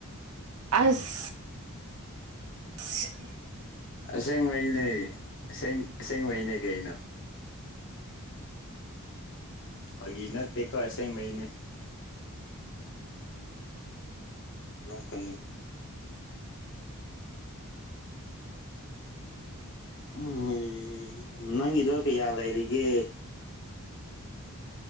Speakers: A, on the right; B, on the left.
A: ꯑꯁ ꯎ ꯎꯝ
B: ꯁꯦꯡ ꯋꯥꯏꯅꯦ ꯁꯦꯡ ꯁꯦꯡ ꯋꯥꯏꯅꯦ ꯀꯩꯅꯣ ꯍꯒꯤꯅ ꯇ ꯀ ꯑꯁꯦꯡ ꯃꯅꯦ ꯂꯣꯛ ꯀꯅꯤ ꯎꯝ ꯅꯪꯒꯤꯗꯣ ꯀꯌꯥ ꯂꯩꯔꯤꯒꯦ